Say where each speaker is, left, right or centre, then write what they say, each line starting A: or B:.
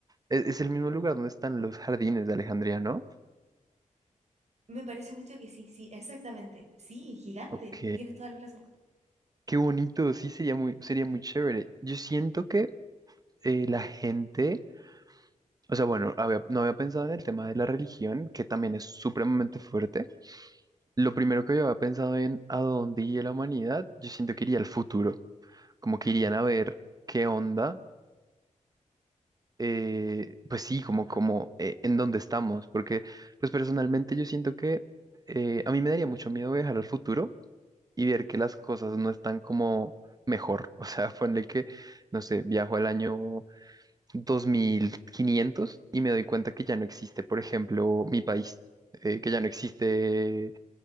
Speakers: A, on the right; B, on the right.
A: Es, es el mismo lugar donde están los jardines de Alejandría, ¿no?
B: Me parece mucho que sí, sí, exactamente. Sí, gigante,
A: Ok,
B: tienes toda la razón.
A: qué bonito, sí, sería muy, sería muy chévere. Yo siento que eh, la gente, o sea, bueno, había- no había pensado en el tema de la religión, que también es supremamente fuerte Lo primero que yo había pensado en a dónde iría la humanidad, yo siento que iría al futuro, como que irían a ver qué onda, eh, pues sí, como, como eh, en dónde estamos, porque pues personalmente yo siento que eh, a mí me daría mucho miedo viajar al futuro y ver que las cosas no están como mejor, <laughs> o sea, ponle que, no sé, viajo al año 2500 y me doy cuenta que ya no existe, por ejemplo, mi país, eh, que ya no existe